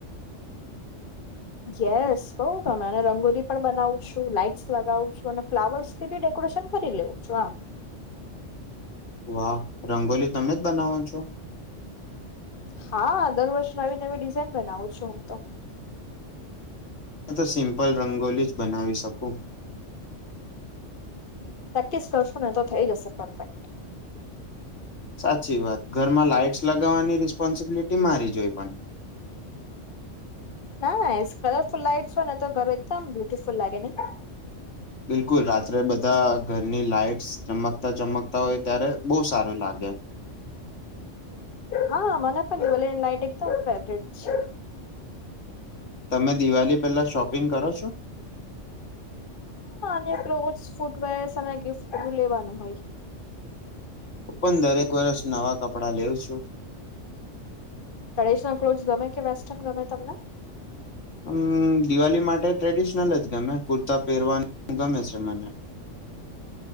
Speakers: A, on the left; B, on the left.
A: યેસ, બઉ ગમે અને રંગોલી પણ બનાવું છું, લાાઈટ્સ લગાવું છું અને ફ્લાવર્સ થી બી ડેકોરેશન કરી લઉ છું હાં.
B: વાહ! રંગોલી તમે જ બનાવો છો?
A: હા, દર વર્ષ નવી-નવી ડિઝાઇન બનાવું છું હું તો.
B: મેં તો સિમ્પલ રંગોલી જ બનાવી શકું.
A: પ્રેક્ટિસ કરશોને તો થઈ જશે પરફેક્ટ.
B: સાચી વાત. ઘરમાં લાઈટ્સ લગાવાની રિસ્પોન્સિબિલિટી મારી જ હોય પણ.
A: નાઈસ, કલરફુલ લાઈટ્સ હોયને તો ઘર એકદમ બ્યુટીફુલ લાગે નઈ.
B: બિલકુલ, રાત્રે બધા ઘરની લાાઈટસ ચમકતા-ચમકતા હોય ત્યારે બઉ સારું લાગે.
A: હા, મને પણ <unintelligible> એકદમ ફેવટ છે.
B: તમે દિવાલી પેલા શોપિંગ કરો છો?
A: મને ક્લોથસ, ફૂટવેર્ અને ગિફ્ટ બધું લેવાનું હોય.
B: હું પણ દરેક વર્ષ નવા કપડા લેઉ છું.
A: ટ્રેડિશનલ ક્લોથ ગમે કે વેસ્ટર્ન ગમે તમને?
B: હમ, દિવાલી માટે ટ્રેડિશનલ જ ગમે કુર્તા પહેરવાનું ગમે છે મને.